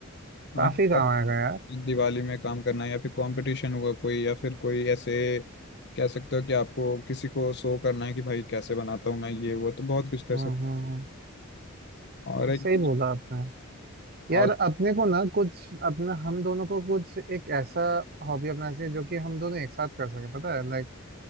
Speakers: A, on the right; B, on the left.
A: काफी
B: आपको
A: काम आएगा यार
B: दिवाली में काम करना है या फिर कंपटीशन हुआ कोई या फिर कोई ऐसे कह सकते हो कि आपको किसी को शो करना है कि भाई कैसे बनाता हूँ मैं ये वो तो बहुत कुछ कर
A: हम्म
B: सकते
A: हम्म हम्म।
B: हो। और एक
A: सही बोला आपने
B: और
A: यार अपने को ना कुछ अपना हम दोनों को कुछ एक ऐसा हॉबी अपनाना चाहिए जो कि हम दोनों एक साथ कर सके पता है लाइक